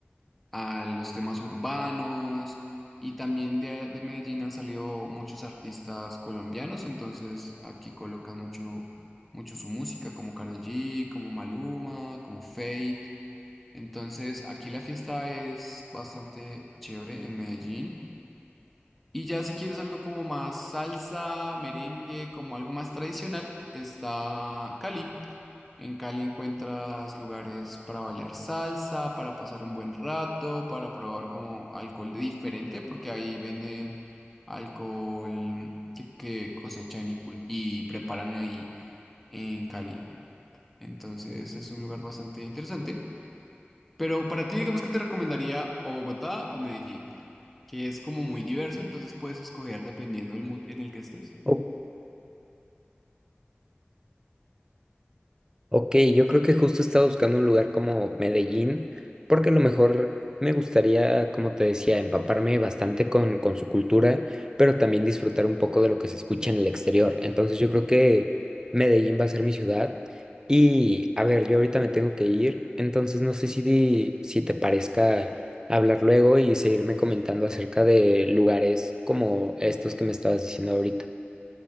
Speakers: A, in the centre; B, on the right.
A: a los temas urbanos y también de, de Medellín han salido muchos artistas colombianos, entonces aquí colocan mucho, mucho su música, como Karol G, como Maluma, como Fate. Entonces aquí la fiesta es bastante chévere en Medellín. Y ya si quieres algo como más salsa, merengue, como algo más tradicional, está Cali. En Cali encuentras lugares para bailar salsa, para pasar un buen rato, para probar como alcohol diferente, porque ahí venden alcohol que, que cosechan y, cul- y preparan ahí en Cali. Entonces es un lugar bastante interesante. Pero para ti, digamos que te recomendaría o Bogotá o Medellín, que es como muy diverso, entonces puedes escoger dependiendo del mood en el que estés.
B: Ok. Ok, yo creo que justo estaba buscando un lugar como Medellín, porque a lo mejor me gustaría, como te decía, empaparme bastante con, con su cultura, pero también disfrutar un poco de lo que se escucha en el exterior. Entonces yo creo que Medellín va a ser mi ciudad. Y a ver, yo ahorita me tengo que ir, entonces no sé si, di- si te parezca hablar luego y seguirme comentando acerca de lugares como estos que me estabas diciendo ahorita.